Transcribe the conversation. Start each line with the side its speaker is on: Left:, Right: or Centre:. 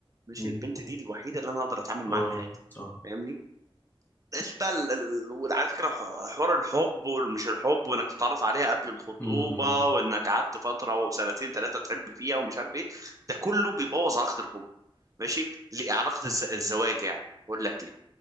Right: ماشي
Left: مم.
Right: البنت دي الوحيده اللي انا اقدر اتعامل
Left: اه
Right: معاها في حياتي
Left: صح
Right: فاهمني قلت بقى ال- ال- وعلى فكره ح- حوار الحب والمش الحب وانك تتعرف عليها قبل الخطوبه
Left: مم.
Right: وانك قعدت فتره وسنتين ثلاثه تحب فيها ومش عارف ايه ده كله بيبوظ علاقه الحب ماشي ليه- علاقه الز- الزواج يعني اقول لك ليه